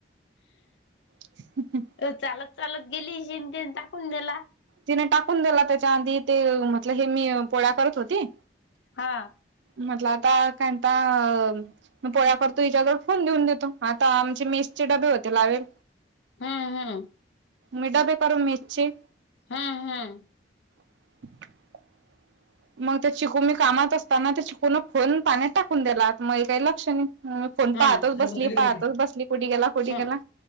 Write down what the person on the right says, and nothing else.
ह
तिने टाकून दिला त्याच्या आधी ते म्हटल हे मी पोळ्या करत होती
मतला त कता अ मग पोळ्या करतो विच्यावरवर फोन देेऊन देतो आता आमचे मेसचे डबे होते लावेल
मीडा बे कर मिर्ची
<inaudible> मग त्या चिकून मी कामात असताना ते चिकून फून पाण्यात टाकून दिला मग काही लक्ष नाही ह फन
पाहतोच बसली पाहतोच बसली कुे गेला कुठ
गेला